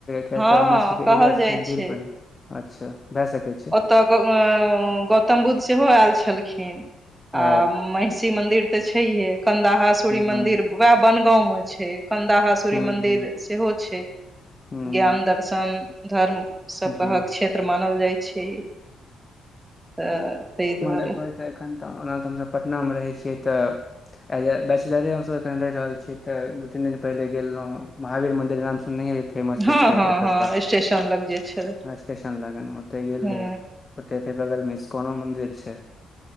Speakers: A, on the left; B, on the right.
A: किया
B: हँ
A: तऽ हमर सबके
B: कहल
A: एरिया से
B: जाइ
A: कही दूर
B: छै
A: पल अच्छा भए सकै छै
B: त गौतम बुध सेहो आयल छलखिन
A: ओ
B: आ महिषी मन्दिर तऽ छैहे कन्दाहा सूर्य
A: हूँ हूँ
B: मंदिर वएह बनगाँव मे छै कन्दाहा सूर्य
A: हूँ
B: मन्दिर
A: हूँ
B: सेहो छै
A: हुँ
B: ज्ञान दर्शन धर्म सब
A: जी
B: कहक क्षेत्र मानल जाइ छैय तऽ ताहि दुआ
A: होइ तऽ एखन तऽ ओना तऽ हमसभ पटनामे रहै छियै तऽ एज अ बैचलरे हमसभ एखन रहि रहल छी तऽ दू तीन दिन पहिनेे गेल रहव महावीर मन्दिर नाम सुननहिए हे फेमस
B: हँ
A: छैय
B: हँ
A: एतका
B: हँ स्टेशन लग जे छै
A: स्टेशन लगन ओते गेल
B: ह
A: रही। बगलमें स्कोनो मन्दिर छैय।